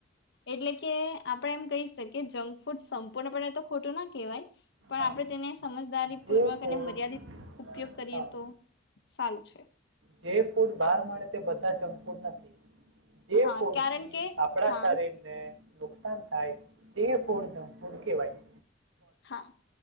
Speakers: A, on the left (about 65°); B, on the right (about 85°).
A: એટલે કે આપડે એમ કહી શકીએ જંક ફૂડ સંપૂર્ણપણે તો ખોટું ના કહેવાય પણ
B: હા
A: આપણે તેને સમજદારી
B: જે
A: પૂર્વક
B: ફૂડ
A: અને મર્યાદિત ઉપયોગ કરીએ
B: હા
A: તો સારું છે.
B: જે ફૂડ બહાર મળે તે બધા જંકફૂડ નથી. જે
A: હા
B: ફુડથી
A: કારણ કે
B: આપણા
A: હા
B: શરીરને નુકસાન થાય તે ફુડ જંકફુડ કેવાય.
A: હા